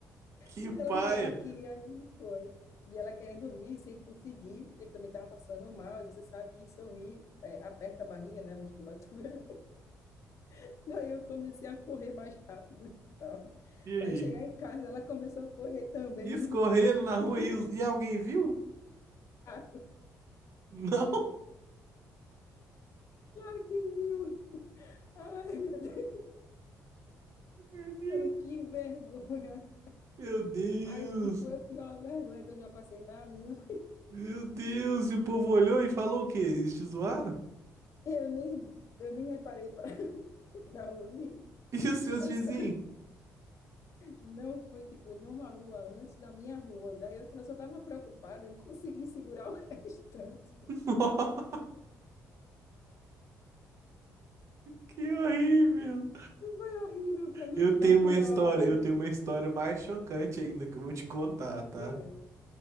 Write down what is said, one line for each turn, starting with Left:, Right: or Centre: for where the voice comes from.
Right: Que
Left: E
Right: paia!
Left: ela, e ela queria ir, foi. E ela querendo rir, sem conseguir, porque também estava passando mal. E você sabe que sorrir é, aperta a barriga, né? A musculatura. <laughs> Daí eu comecei a correr mais rápido e tal.
Right: E aí?
Left: Para chegar em casa, ela começou a correr também,
Right: E
Left: <laughs>
Right: escorrendo
Left: rindo, e a gente
Right: na rua
Left: rindo.
Right: e, os- e alguém viu?
Left: Ah,
Right: Não?
Left: claro que viu. Ai, meu Deus.
Right: Acredito.
Left: Olha que vergonha.
Right: Meu Deus!
Left: Acho que foi a pior vergonha que eu já passei na minha.
Right: Meu Deus! E o povo olhou e falou o quê? Eles te zoaram? <laughs>
Left: Eu nem, eu nem reparei para <laughs> ouvir.
Right: E os seus
Left: Eu
Right: vizinhos?
Left: só Não foi tipo numa rua antes da minha rua. Daí eu t- só estava preocupada em conseguir segurar o <laughs> restante.
Right: <laughs> Que horrível!
Left: Foi horrível para não
Right: Eu
Left: ficar
Right: tenho
Left: pior.
Right: uma história, eu tenho uma história mais chocante ainda que eu vou te contar,
Left: Meu
Right: tá?
Left: Deus.